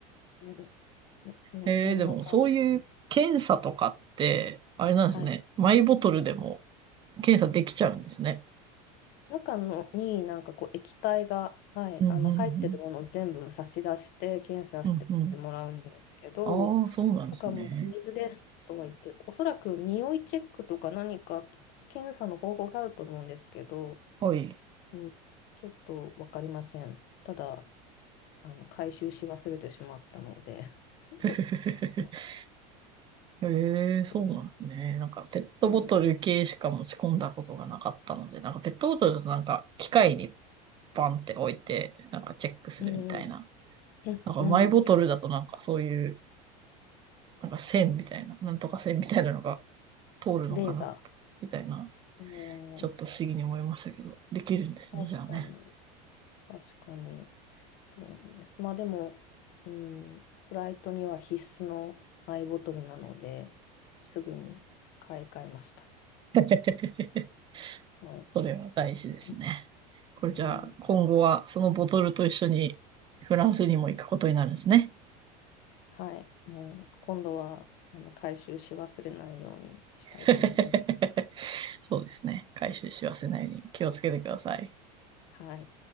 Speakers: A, on the left; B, on the right.
A: うん、もうそんな感じ。
B: えー、でもそういう検査とかって、あれなんですね。
A: はい。
B: マイボトルでも検査できちゃうんですね。
A: 中のになんかこう液体が、はい、
B: うん、うん、
A: あの入ってるものを全部差し出して検査してもらうんですけど、
B: うん。うん、うん。ああ、そうなんですね。
A: なんかもう水ですとは言って、おそらく匂いチェックとか何か検査の方法があると思うんですけど、
B: はい。
A: うん、ちょっと分かりません。ただ、あの回収し忘れてしまったので <laughs>
B: <laughs>
A: も
B: ええ、そうなんですね。
A: うそ
B: なんかペットボトル系しか持ち込んだことがなかったので、
A: うはい。
B: なんかペットボトルだとなんか機械にバンって置いて、なんかチェックするみたいな
A: うんうん。うん、
B: なんかマイボトルだとなんかそういう、
A: うん
B: なんか線みたいな、なんとか線みたいなのが通るのかな、
A: レーザ
B: みたいな、
A: ー。
B: ちょっと不思議に思いましたけど、
A: うん、
B: できるんですね、
A: 確かに。
B: じゃあね。
A: 確かに。そうなんです。まあでも、うん、フライトには必須のアイボトルなので、すぐに買い替えました。
B: <laughs>
A: は
B: それは大事ですね。
A: い。
B: これじゃあ、
A: うん、
B: 今後はそのボトルと一緒にフランスにも行くことになるんですね。
A: はい。もう今度はあの回収し忘れないようにしたいと思います。
B: <laughs> そうですね。回収し忘れないように気をつけてください。
A: はい。